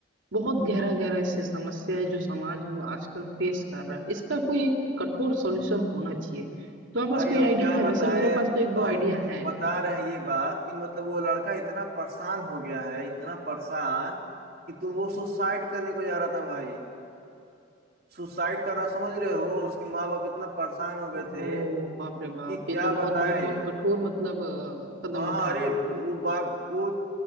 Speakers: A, on the right; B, on the right.
A: बहुत गहरा गहरा इससे समस्या है जो समाज में आजकल फेस कर रहा है इसका कोई एक कठोर सॉल्यूशन होना चाहिए तुम्हारे
B: भाई
A: पास कोई
B: अब
A: आइडिया
B: क्या
A: है
B: बताए
A: वैसे मेरे पास
B: अब
A: तो एक दो
B: हम
A: आइडिया
B: तुमको
A: है
B: बता रहे हैं ये बात कि मतलब वो लड़का इतना परेशान हो गया है इतना परेशान कि तुम वो सुसाइड करने को जा रहा था भाई सुसाइड करना समझ रहे हो उसके माँ बाप इतना परेशान हो गए
A: ओहो
B: थे
A: बाप रे
B: कि
A: बाप
B: क्या
A: ये तो बहुत
B: बताए
A: बहुत बहुत कठोर मतलब अ, कदम
B: हाँ
A: उठा
B: अरे
A: रहा है
B: वो
A: वो तो
B: बाप वो